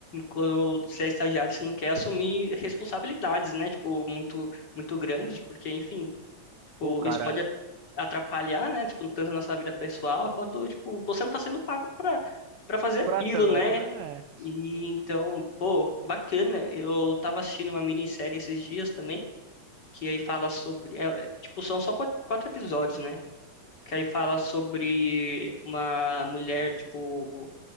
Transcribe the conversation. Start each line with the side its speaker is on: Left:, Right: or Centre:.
Left: Quando você é estagiário, você não quer assumir responsabilidades, né? Tipo, muito, muito grandes, porque, enfim, tipo,
Right: Pô, cara,
Left: isso pode atrapalhar, né? Tipo, tanto a nossa vida pessoal, quanto, tipo, você não tá sendo pago pra, pra fazer aquilo,
Right: pra tanto,
Left: né?
Right: né?
Left: E então, pô, bacana. Eu tava assistindo uma minissérie esses dias também, que aí fala sobre. é, é, tipo, são só quatro quatro episódios, né? Que aí fala sobre uma mulher, tipo.